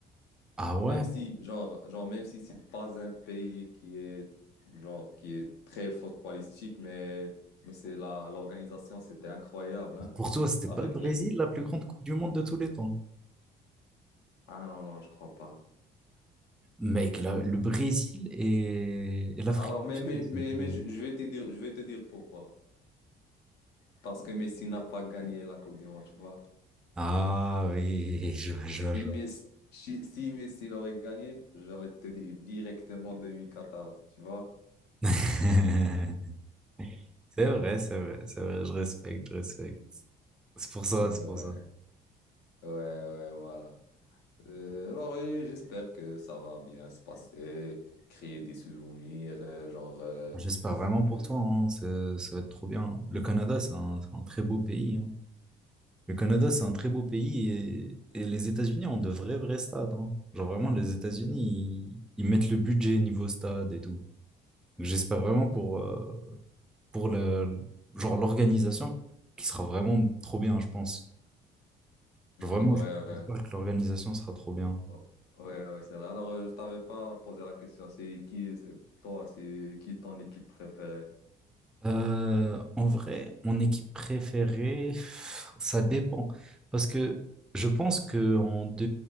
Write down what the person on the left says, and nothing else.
Même si, genre, genre, même si c'est pas un pays qui est, genre, qui est très footballistique, mais, mais c'est la, l'organisation, c'était incroyable, hein?
Avec
les
Ah non, non, je crois pas.
Alors, mais,
mais,
mais, mais je je vais te dire, je vais te dire pourquoi. Parce que Messi n'a pas gagné la Coupe du Monde, tu vois.
Si
Messi,
si si Messi l'aurait gagné, j'allais te dire directement deux mille quatorze tu vois.
Ouais,
ouais, ouais, voilà. Euh, alors, euh, j'espère que ça va bien se passer, créer des souvenirs, euh, genre... euh,
euh,
mm,
mm,
ouais, ouais.
Oh, Ouais, ouais, c'est vrai. Alors, euh, je t'avais pas posé la question. C'est qui, c'est toi, c'est qui ton équipe préférée?